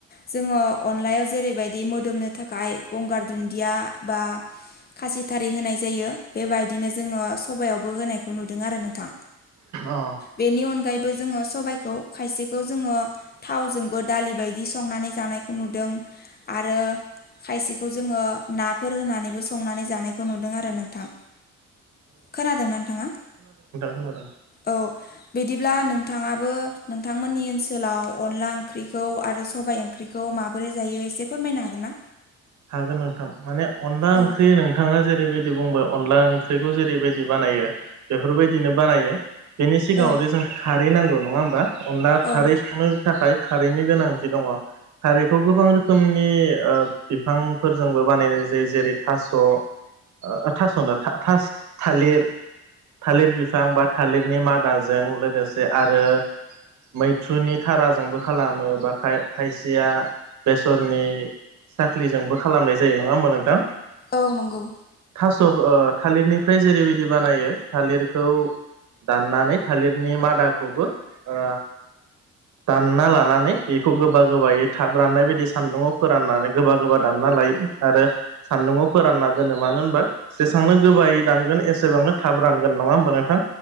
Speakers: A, on the left (about 30°); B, on the right (about 70°).
A: जोङो अनलायाव जेरैबायदि मोदोमनो थाखाय गंगार दुन्दिया बा खासि थारि होनाय जायो बेबायदिनो जोङो सबायावबो होनायखौ नुदों आरो नोंथां।
B: अ
A: बेनि अनगायैबो जोङो सबायखौ खायसेखौ जोङो थावजोंबो दालि बायदि संनानै जानायखौ नुदों। आरो खायसेखौ जोङो ना फोर होनानैबो संनानै जानायखौ नुदों आरो नोंथां। खोनादोंना नोंथाङा?
B: खोनादों
A: औ। बिदिब्ला नोंथाङाबो नोंथांमोननि ओनसोलाव अनला ओंख्रिखौ आरो सबाय ओंख्रि खौ माबोरै जायो एसे फोरमायनो हागोन ना?
B: हागोन नोंथां। माने अनला
A: औ
B: ओंख्रि नों नोंथाङा जेरैबायदि बुंबाय अनला ओंख्रिखौ जेरैबायदि बानायो बेफोरबायदिनो बानायो। बेनि सिगाङावदि
A: औ
B: जोंनो खारै नांगौ नङा होमबा अनला
A: औ
B: खारै संनो थाखाय खारैनि गोनांथि दङ खारैखौ गोबां रोखोमनि ओ बिफांफोरजोंबो बानायनाय जायो जेरै थास' ओ थास'नो था-थास थालिर थालिर बिफां बा थालिरनि मादाजों लोगोसे आरो मैथ्रुनि थाराजोंबो खालामो बा खाय-खायसेया बेसरनि साख्लिजोंबो खालामनाय जायो नङा होमबा नोंथां?
A: औ नंगौ।
B: थास' ओ थालिरनिफ्राय जेरैबायदि बानायो थालिरखौ दाननानै थालिरनि मादाखौबो ओ दानना लानानै बेखौ गोबा गोबायै थाब राननाय बायदि सान्दुङाव फोराननानै गोबा गोबा दानना लायो आरो सान्दुङाव फोरानना दोनो मानो होनबा जेसेबांनो गोबायै दानगोन एसेबांनो थाब रानगोन नङा होमबा नोंथां?